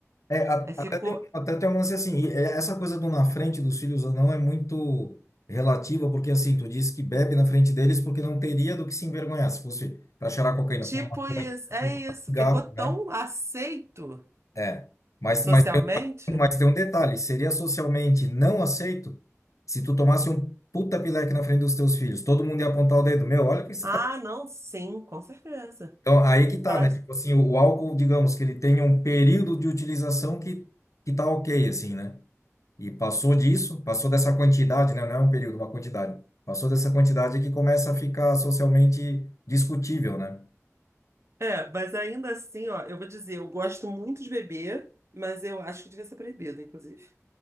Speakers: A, on the left; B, on the right.
A: É, a-
B: É, ficou
A: até tem, até tem um lance assim, e, é, essa coisa do na frente dos filhos ou não é muito relativa, porque assim, tu disse que bebe na frente deles porque não teria do que se envergonhar, se fosse para cheirar cocaína,
B: tipo
A: fumar um
B: isso, é isso.
A: cigarro,
B: Ficou tão
A: né?
B: aceito
A: É, mas,
B: socialmente.
A: mas, mas tem um detalhe, seria socialmente não aceito se tu tomasse um puta pileque na frente dos teus filhos, todo mundo ia apontar o dedo, meu, olha o que você
B: Ah,
A: tá...
B: não, sim, com certeza.
A: Então, aí que
B: Vai
A: tá,
B: Falar...
A: né? Tipo assim, o, álcool, digamos que ele tem um período de utilização que, que tá ok, assim, né? E passou disso, passou dessa quantidade, né? Não é um período, uma quantidade. Passou dessa quantidade é que começa a ficar socialmente discutível, né?
B: É, mas ainda assim, ó, eu vou dizer, eu gosto muito de beber, mas eu acho que devia ser proibido, inclusive.